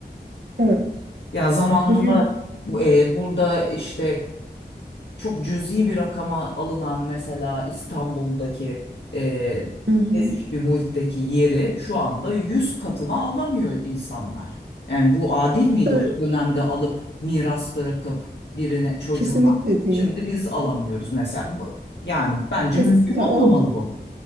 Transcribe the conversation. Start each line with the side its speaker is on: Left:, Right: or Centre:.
Right: Evet.
Left: Ya zamanında
Right: Özgür.
Left: e, burada işte çok cüzi bir rakama alınan mesela İstanbul'daki e,
Right: Hı hı.
Left: nezih bir muhitteki yeri şu anda 100 katına alamıyor insanlar. Yani bu adil miydi
Right: Tabii
Left: o dönemde alıp miras bırakıp birine çocuğuna?
Right: kesinlikle değil.
Left: Şimdi biz alamıyoruz mesela. Bu- Yani bence
Right: Kes,
Left: mümkün
Right: ya o
Left: olmamalı bu.